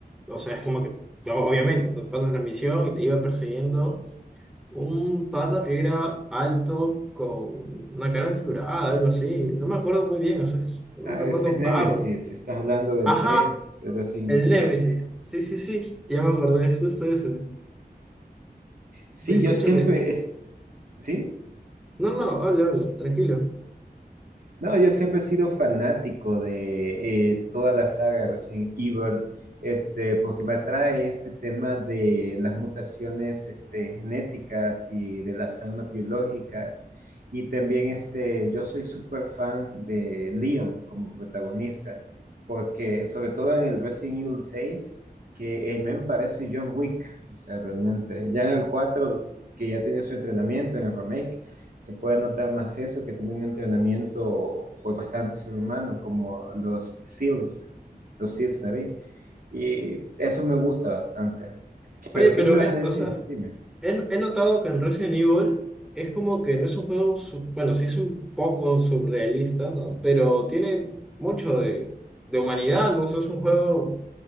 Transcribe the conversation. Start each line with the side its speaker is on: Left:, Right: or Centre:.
Centre: sea, es como que, o- obviamente, ¿no? pasas la misión y te iba persiguiendo un pata que era alto con una cara desfigurada, algo así. No me acuerdo muy bien, o sea, es un
Right: Ah,
Centre: recuerdo
Right: ese es Nemesis.
Centre: vago.
Right: Estás hablando del
Centre: Ajá,
Right: tres, del Resident
Centre: el
Right: Evil
Centre: Némesis.
Right: tres?
Centre: Sí, sí, sí, ya me acordé, es justo ese.
Right: Sí,
Centre: Escúchame.
Right: yo siempre es... ¿Sí?
Centre: No, no, habla, habla, tranquilo.
Right: No, yo siempre he sido fanático de eh, toda la saga Resident Evil, este, porque me atrae este tema de las mutaciones este, genéticas y de las armas biológicas. Y también este, yo soy súper fan de Leon como protagonista, porque sobre todo en el Resident Evil 6, que el men parece John Wick, o sea, realmente. Ya en el 4, que ya tiene su entrenamiento en el remake se puede notar más eso que tienen un entrenamiento pues bastante sobrehumano como los SEALs, los SEALs Navy. Y eso me gusta bastante.
Centre: Oye,
Right: ¿Pero qué
Centre: pero,
Right: me ibas
Centre: eh,
Right: a decir?
Centre: o sea...
Right: Dime.
Centre: He, he notado que en Resident Evil es como que no es un juego, su- bueno, sí es un poco surrealista, ¿no? Pero tiene mucho de, de humanidad, ¿no? O sea, es un juego